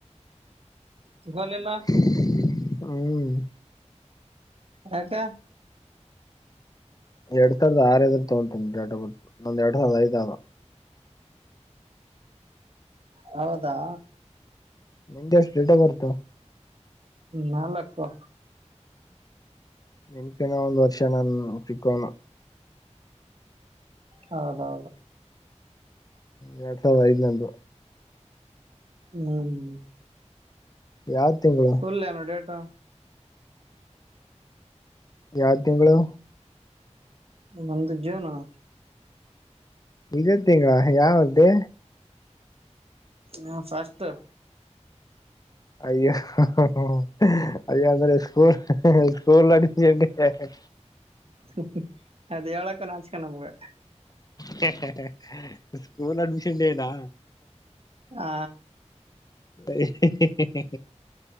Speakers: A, on the right; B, on the left.
A: ತೊಗೊಲಿಲ್ಲ.
B: ಹ್ಮ
A: ಯಾಕೆ?
B: ಎರಡ್ ಸಾವಿರ್ದ ಆರ್ ಇದ್ರ ತೊಗೊಂತ್ ಡೇಟ್ ಆಫ ಬರ್ತ್ ನಂದ ಎಡ್ ಸಾವಿರ ಐದ್ ಅದು.
A: ಹೌದಾ
B: ನಿಂದ ಎಸ್ಟ್ ಡೇಟ್ ಆಫ್ ಬರ್ತ?
A: ನಾಲಕ್ಕೂ.
B: ನಿನ್ಕಿನಾ ಒಂದ್ ವರ್ಷ ನಾನ್ ಚಿಕ್ಕೋನು.
A: ಹೌದೌದೂ.
B: ಎರಡ್ ಸಾವ್ರದ ಐದ ನಂದು.
A: ಹ್ಮ್
B: ಯಾವ ತಿಂಗಳು?
A: ಫುಲ್ ಹೇಳು ಡೇಟ್
B: ಯಾವ ತಿಂಗಳು?
A: ನಮ್ದು ಜ್ಯೂನೂ.
B: ಇದೇ ತಿಂಗಳಾ ಯಾವ ಡೇ?
A: ಹ ಫಸ್ಟ್.
B: ಅಯ್ಯೋ ಹ ಹ ಹೂ ಅಯ್ಯೊ ಅಂದ್ರೆ ಸ್ಕೂಲ್ ಹ ಸ್ಕೂಲ್ದಾಗ್ ಸರ್ಕೊಂಡಿದ ಹಾ ಹಾ
A: ಹ್ಮ್ ಹ್ಮ್ ಅದ್ ಹೇಳಕ ನಾಚ್ಕೆ ನಮ್ಗ.
B: ಹೆ ಹೆ ಸ್ಕೂಲ್ ಅಡ್ಮಿಷನ್ ಡೇನಾ?
A: ಆ
B: ಹೆ ಹೇ ಹೆ